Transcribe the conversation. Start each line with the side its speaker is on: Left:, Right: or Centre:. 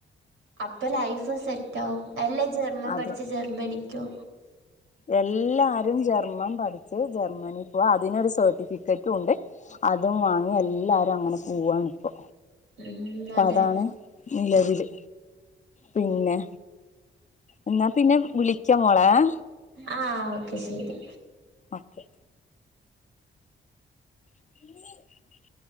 Right: അപ്പൊ ലൈഫ് സെറ്റ് ആവും അല്ലെ ജർമ്മൻ
Left: അതെ
Right: പഠിച്ചു ജർമ്മനിക്കോ
Left: എല്ലാരും ജർ ജർമൻ പഠിച്ചു ജർമനീ പോവാ, അതിനൊരു സർട്ടിഫിക്കറ്റും ഉണ്ട്, അതും വാങ്ങി എല്ലാരും അങ്ങനെ പോവാണിപ്പൊ.
Right: ഉം
Left: അപ്പൊ
Right: അതെ
Left: അതാണ് നിലവില്. പിന്നെ എന്നാ പിന്നെ വിളിക്കാ മോളെ ങേ
Right: ആ ഓക്കെ ശരി.
Left: ഓക്കെ. <inaudible>